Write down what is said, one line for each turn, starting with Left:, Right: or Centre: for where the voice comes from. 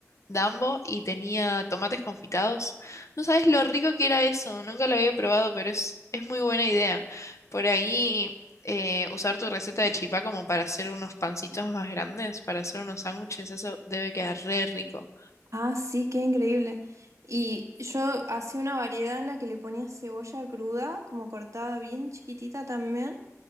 Left: Dambo y tenía tomates confitados. No sabes lo rico que era eso, nunca lo había probado, pero es, es muy buena idea. Por ahí... eh, usar tu receta de chipá como para hacer unos pancitos más grandes, para hacer unos sándwiches, eso debe quedar re rico.
Right: Ah, sí, qué increíble. Y yo hacía una variedad en la que le ponía cebolla cruda, como cortada bien chiquitita también.